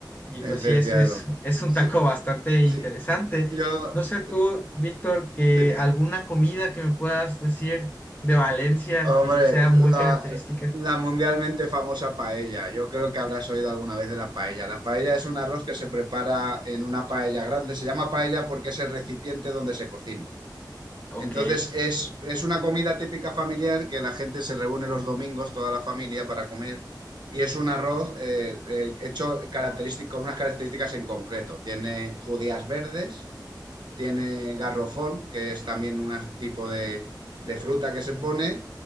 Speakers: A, on the left (about 25°); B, on the right (about 75°).
A: Y
B: Es
A: pues
B: veteado.
A: sí, eso es, <laughs> es un
B: Sí,
A: taco bastante
B: sí.
A: interesante.
B: Yo,
A: No sé tú, Víctor, que
B: dime.
A: alguna comida que me puedas decir de Valencia
B: Hombre,
A: que sea muy
B: la,
A: característica.
B: la mundialmente famosa paella. Yo creo que habrás oído alguna vez de la paella. La paella es un arroz que se prepara en una paella grande. Se llama paella porque es el recipiente donde se cocina.
A: Ok.
B: Entonces es, es una comida típica familiar que la gente se reúne los domingos, toda la familia, para comer. Y es un arroz eh, eh, hecho característico, con unas características en concreto. Tiene judías verdes, tiene garrofón, que es también un tipo de, de fruta que se pone,